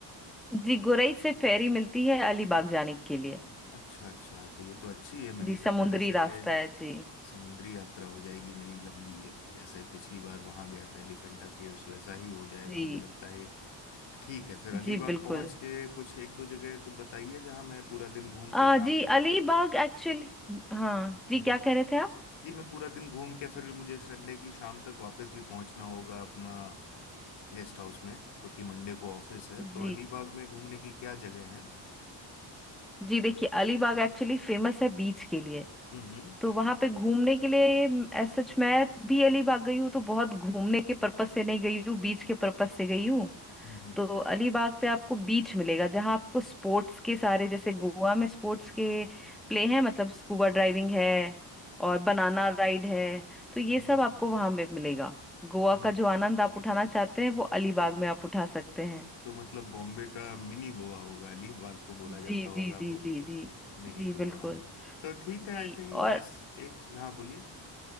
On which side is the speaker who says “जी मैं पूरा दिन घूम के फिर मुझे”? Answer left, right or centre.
Left